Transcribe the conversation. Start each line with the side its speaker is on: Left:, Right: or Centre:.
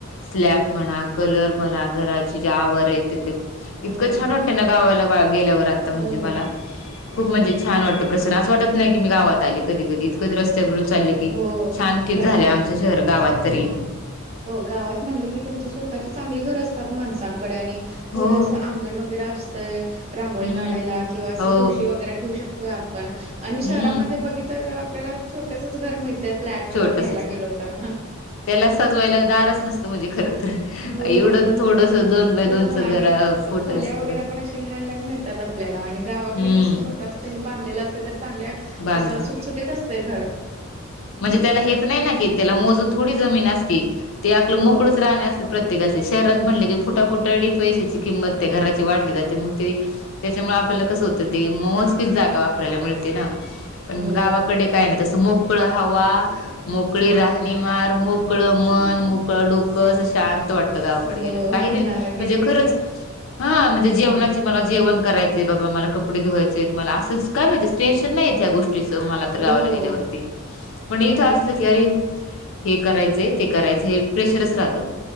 Left: स्लॅब
Right: हो,
Left: म्हणा, कलर म्हणा, घराची जे आवार येत ते इतकं
Right: हो ना.
Left: छान वाट तेन, गवाला, गेल्यावर आता म्हणजे
Right: हो,
Left: मला, खूप म्हणजे छान वाटतं प्रसन असं वाटत नाही, की मी गावात आले कधी, कधी, रस्त्यावररून चालले की,
Right: हो.
Left: शांती
Right: खरंच
Left: च झाले आमच्या शहर गावात तरी,
Right: हो गावात म्हटलं की, त्यांची स्वतःची चांगली घर असतात, माणसांकडे आणि पुढेअसं
Left: हो
Right: अंगण वगैरे असतं, रांगोळी
Left: हम्म
Right: काढायला, किंवा असं
Left: हो
Right: तुशी वगैरे ठेवू शकतो आप पण, आणि शहरामध्ये
Left: हम्म
Right: बघितलं तर आपल्याला, छोटेसच घर मिळत. फ्लॅट
Left: छोटसच
Right: घ्यायला गेलो,
Left: घर,
Right: तर,
Left: त्याला सजवायला दारच नसत, म्हणजे खर तर
Right: हो,
Left: एवढं
Right: हो,
Left: थोडस दोन बाय दोनचं
Right: ना आणि
Left: घर फुट
Right: खोल्या
Left: असत
Right: वगैर पण, असे लहान, लहान मिळता. आपल्याला आणि, गावाकडे
Left: हम्म
Right: कस स्वतः त्याच, त्यांनी बांधलेलं असते तर, चांगल्या
Left: बांधून
Right: अस सुटसुटीत असतय घर.
Left: म्हणजे त्याला हेच नाही, ना की त्याला मोजून थोडी जमीन असती ते आपलं
Right: हो
Left: मोकळच राहणे, असतात प्रत्येकाचचे
Right: हं,
Left: शहरात
Right: हं,
Left: म्हटलं
Right: हं.
Left: की. फुटाफुटा, आणि पैशाची किंमत त्या घराची वाढली जाते, मग ते त्याच्यामुळे आपला कस होत ते, मोजकी च जागा वापरायला मिळते, ना पण
Right: हो,
Left: गावाकडे काय नाही तसं मोकळ हवा, मोकळी
Right: हो
Left: राहणी,
Right: ना.
Left: मार, मोकळ मन, मोकळं डोकं, शांत वाटत. गावा
Right: हो
Left: कडे गेल्या,
Right: गावात गेलं
Left: म्हणजे
Right: की
Left: खरंच
Right: असं
Left: हा म्हणजे
Right: ते
Left: जेवणाची
Right: आहे.
Left: म जेवण करायचे, बाबा मला कपडे, धुवायचे मला असंच काय माहितीे टेन्शन नाही येत या गोष्टी च मला तर
Right: हो.
Left: गावाला गेल्यावरती, पण
Right: हो
Left: इथं
Right: आणि
Left: असलं की आरे हे करायच, ते करायच, हे प्रेशरच राहतं.